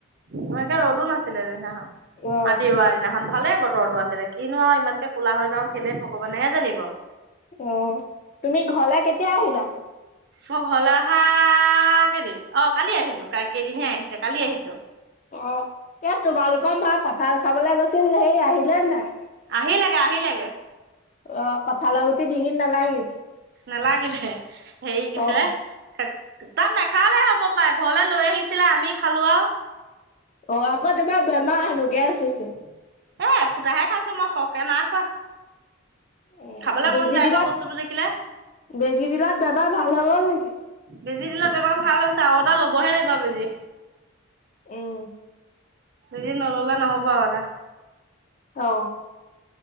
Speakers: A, on the right (about 50°); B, on the left (about 35°).
A: ম এনেকে ৰ'দো নাছিলে সে সেই দিনাখন
B: অ
A: মাটি ৰোৱাৰ দিনাখন। ভালে বতৰো আছিলে কিনো আৰু ইমানকে কোলা হৈ যাওঁ কেলে ভগৱানেহে জানিব।
B: অ' তুমি ঘৰলৈ কেতিয়া আহিলা।
A: মোৰ ঘৰলৈ অহা কেইদিন অ' কালি আহিলো কাই কেইদিনহে আহিছে কালি আহিছো।
B: অ' এয়া তোমালোকৰ মা কঠাল খাবলে গৈছিল সেই আহিলে নাই।
A: আহিল লেগে আহি লেগে।
B: অহ, কঠালৰ গুটি ডিঙিত নালাগিল।
A: নালাগিলহে, হেৰি পিছে
B: অ অ।
A: তাত নাখালালেও হব পাই, ঘৰলে লৈ আহিছিলে আমি খালো আৰু
B: অ আকৌ তোমাৰ বেমাৰ হেনো, গেছ হৈছে।
A: এ এফুটাহে খাইছো মই, সৰকে নাই খোৱা।
B: উ,
A: খাবলৈ
B: বেজি
A: মন যায়
B: দিলত,
A: নহয় বস্তুটো দেখিলে
B: বেজি দিনল বেমাৰ ভাল হৈ গল নেকি
A: বেজি দিলত বেমাৰ ভাল হৈছে আৰু এটা লবহে লাগিব বেজি।
B: উম
A: বেজি নললে নহব আৰু এটা।
B: অ